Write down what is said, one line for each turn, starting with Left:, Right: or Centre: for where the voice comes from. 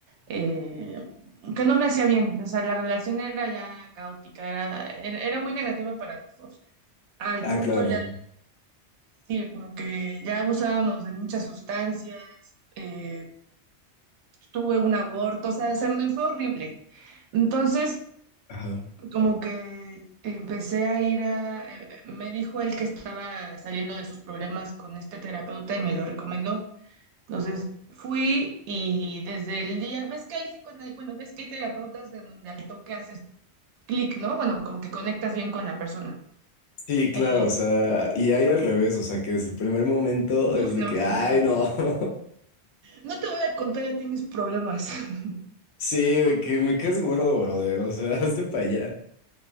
Right: eh, que no me hacía bien, o sea, la relación era ya caótica, era, era, era muy negativa para los dos, al
Left: Ah,
Right: punto
Left: claro.
Right: ya, sí, como que ya abusábamos de muchas sustancias, eh, tuve un aborto, o sea, se me fue horrible. Entonces,
Left: Ajá.
Right: como que empecé a ir a, eh, eh, me dijo él que estaba saliendo de sus problemas con este terapeuta y me lo recomendó. Entonces fui y desde el día, ves que hay psicoanal- bueno, ves que hay terapeutas en donde al toque haces clic, ¿no? Bueno, como que conectas bien con la persona.
Left: Sí, claro,
Right: Eh,
Left: o sea, y hay al revés, o sea, que desde el primer momento
Right: uf,
Left: es
Right: no,
Left: de que,
Right: sí,
Left: ay,
Right: sí,
Left: no.
Right: sí.
Left: <laughs>
Right: No te voy a contar a ti mis problemas. <laughs>
Left: Sí, de que me quedes gordo, brother, o sea, <laughs> hazte para allá.